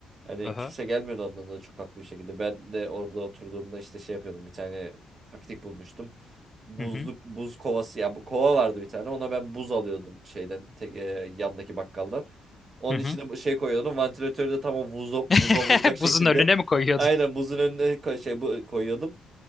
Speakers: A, on the right; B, on the left.
A: Hani
B: <laughs> Aha.
A: kimse gelmiyordu ondan da çok haklı bir şekilde. Ben de orada oturduğumda işte şey yapıyordum. Bir tane taktik bulmuştum. Buzluk
B: Hı hı.
A: buz kovası ya bu kova vardı bir tane. Ona ben buz alıyordum şeyden tek, e, yandaki bakkaldan. Onun
B: Hı hı.
A: içine bu şey koyuyordum. Vantilatörü de tam o buza, buza
B: <laughs>
A: vuracak şekilde.
B: Buzun önüne mi koyuyordun?
A: Aynen buzun önüne ko- şey bu koyuyordum